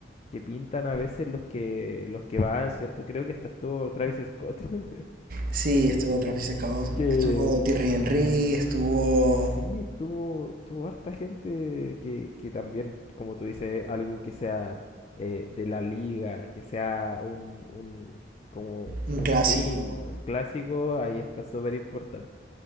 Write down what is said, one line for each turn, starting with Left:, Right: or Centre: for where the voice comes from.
Left: que pintan a veces los que, los que van, ¿cierto? Creo que hasta estuvo Travis Scott, <laughs>
Right: Sí, estuvo Travis Scott
Left: que,
Right: estuvo Thierry Henry, estuvo
Left: Sí, estuvo, estuvo harta gente que, que también, como tú dices, algo que sea eh, de la liga, que sea un, un, como
Right: un
Left: un
Right: clásico.
Left: fin, un clásico, ahí está súper importante.